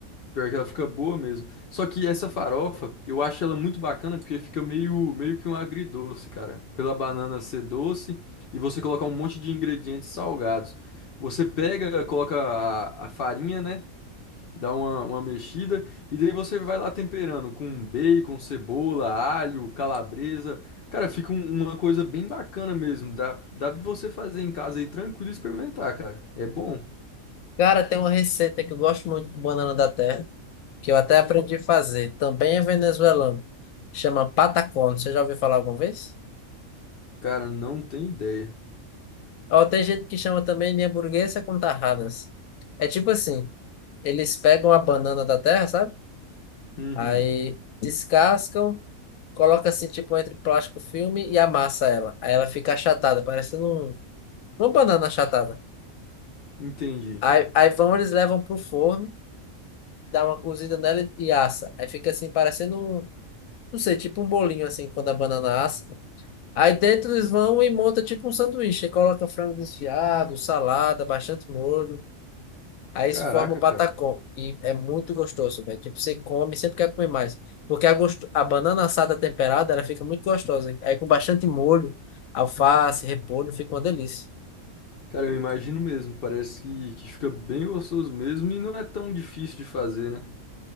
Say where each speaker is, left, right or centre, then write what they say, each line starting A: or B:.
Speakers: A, on the left; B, on the left.
A: Pior que ela fica boa mesmo. Só que essa farofa, eu acho ela muito bacana porque fica meio, meio que um agridoce, cara. Pela banana ser doce e você colocar um monte de ingredientes salgados. Você pega, coloca a, a farinha, né? Dá uma, uma mexida e daí você vai lá temperando com bacon, cebola, alho, calabresa. Cara, fica um- uma coisa bem bacana mesmo. Dá, dá pra você fazer em casa aí tranquilo e experimentar, cara. É bom.
B: Cara, tem uma receita que eu gosto muito de banana da terra. que eu até aprendi a fazer. Também é venezuelano. Chama patacón. Você já ouviu falar alguma vez?
A: Cara, não tem ideia.
B: Ou tem gente que chama também de hamburguesa com tarradas. É tipo assim, eles pegam a banana da terra, sabe?
A: Uhum,
B: Aí descascam, coloca assim tipo entre plástico filme e amassa ela. Aí ela fica achatada, parecendo um- uma banana achatada.
A: entendi.
B: Aí, aí vão, eles levam pro forno, dá uma cozida nela e e assa. Aí fica assim, parecendo um, não sei, tipo um bolinho assim, quando a banana assa. Aí dentro eles vão e monta tipo um sanduíche. Aí coloca frango desfiado, salada, bastante molho. Aí
A: Caraca,
B: se forma o patacão.
A: cara.
B: E é muito gostoso, velho. Tipo, você come, sempre quer comer mais. Porque a, gosto... a banana assada temperada, ela fica muito gostosa. hein? Aí com bastante molho, alface, repolho, fica uma delícia.
A: Cara, eu imagino mesmo. Parece que, que fica bem gostoso mesmo e não é tão difícil de fazer, né?